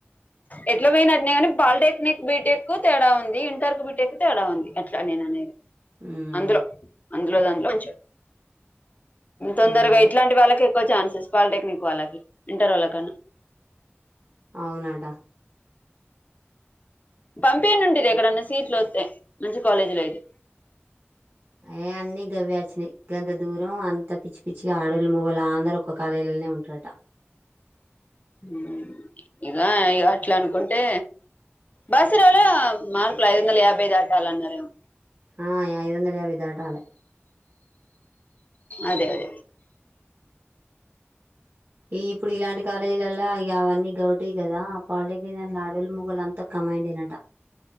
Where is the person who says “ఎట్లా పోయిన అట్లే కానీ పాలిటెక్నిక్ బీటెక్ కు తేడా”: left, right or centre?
Left